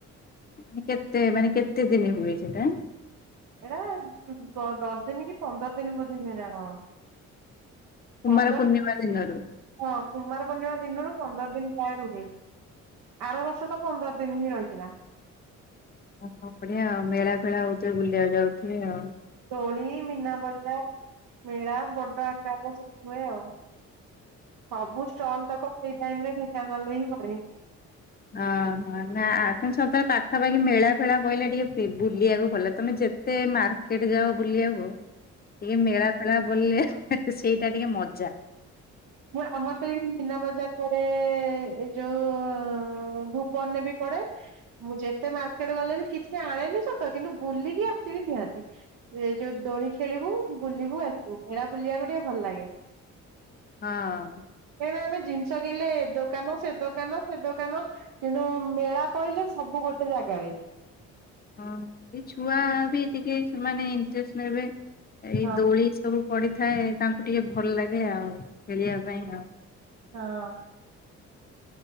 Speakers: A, on the left; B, on the right.
A: ମାନେ କେତେ ମାନେ କେତେ ଦିଣି ହୁଏ ସେଟା?
B: ଏଟା ଦ-ଦ-ଦଶ ଦିନ କି ପନ୍ଦର ଦିନ ବୋଧେ ହୁଏ କି କଣ।
A: କୁମାର
B: ପନ୍ଦର
A: ପୂର୍ଣ୍ଣିମା ଦିନରୁ।
B: ହଁ କୁମାର ପୂର୍ଣ୍ଣିମା ଦିନରୁ ପନ୍ଦର ଦିନ ପ୍ରାୟ ରୁହେ। ଆର ବର୍ଷ ତ ପନ୍ଦର ଦିନ ହିଁ ରହିଥିଲା।
A: ଓହୋ ବଢିଆ ଆଉ ମେଳା ଫେଳା ହଉଥିବେ। ବୁଲିବାକୁ ଯାଉଥିବେ ଆଉ।
B: ଦୋଳି ମୀନା ବଜାର ମେଳା ବଡ ଆକାର ସବୁ ହୁଏ ଆଉ। ସବୁ ଷ୍ଟଲ ତକ ସେଇ ଟାଇମ୍ ରେ ଢେଙ୍କାନାଳରେ ହିଁ ପଡେ
A: ହଁ ହଁ। ନା ଆ କ ସ ପାଖପାଖି ମେଳା ଫେଳା କହିଲା ଟିକେ ବୁଲିବାକୁ ଭଲ। ତମେ ଯେତେ ମାର୍କେଟ ଯାଅ ବୁଲି ବାକୁ ଟିକେ ମେଳା ଫେଳା ବୁଲିଲେ ସେଇଟା ଟିକେ ମଜା।
B: ମୁଁ ଆମର ତ ଏଇଠି ମୀନା ବଜାର ପଡେ। ଏ ଯୋଉ ଭୁବନରେ ବି ପ ପଡେ ମୁଁ ଯେତେ ମାର୍କେଟ୍ ଗଲେ ବି କିଛି ଆଣେନି ସତ। କିନ୍ତୁ ବୁଲିକି ଆସିବି ନିହାତି। ଏଇ ଯୋଉ ଦୋଳି ଖେଳିବୁ। ବୁଲିବୁ ଆସିବୁ। ମେଳା ବୁଲିବାକୁ ଟିକେ ଭଲ ଲାଗେ।
A: ହଁ।
B: ଆମେ ଜିନିଷ କିଣିଲେ ଏ ଦୋକାନ ସେ ଦୋକାନ ସେ ଦୋକାନ କିନ୍ତୁ ମେଳା ପହିଲେ ସବୁ ଗୋଟେ ଜାଗାରେ।
A: <inaudible> ହଁ ଏଇ ଛୁଆ ବି ଟିକେ ସେମାନେ ଇଣ୍ଟରେଷ୍ଟ ନେବେ। ଏଇ
B: ହଁ
A: ଦୋଳି ସବୁ ପଡ଼ିଥାଏ ତାଙ୍କୁ ଟିକେ ଭଲ ଲାଗେ ଆଉ। ଖେଳିବା ପାଇଁ ଆଉ।
B: ହଁ।